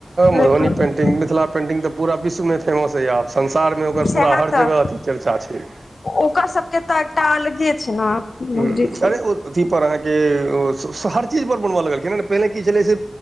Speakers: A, on the right; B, on the left.
A: मधुनी
B: लेकिन
A: पेन्टिङंग मिथिला पेन्टिंग तऽ पूरा विश्व में फेमस अइए आब संसारमे ओकर
B: सएह
A: पूरा हर
B: तऽ
A: जगह चर्चा छै।
B: ओकर सबके तऽ एकटा अलगे छै ने। बुझै
A: ह
B: छियै
A: अरे ओ अथीपर आहाँ के ओ से हर चीज पर बनब लगलखिन पहिले की छले से